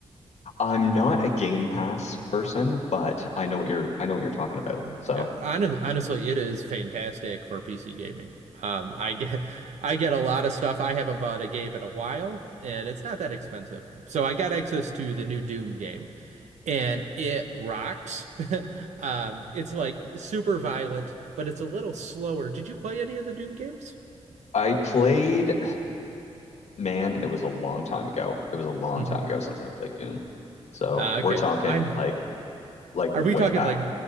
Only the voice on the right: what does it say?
Yeah, hon honestly, it is fantastic for PC gaming. Um, I get I get a lot of stuff. I haven't bought a game in a while, and it's not that expensive. So I got access to the new Doom game, and it rocks. <laughs> Um, it's like super violent, but it's a little slower. Did you play any of the Doom games?
hmm
Uh,
okay.
I'm,
are
we talking
like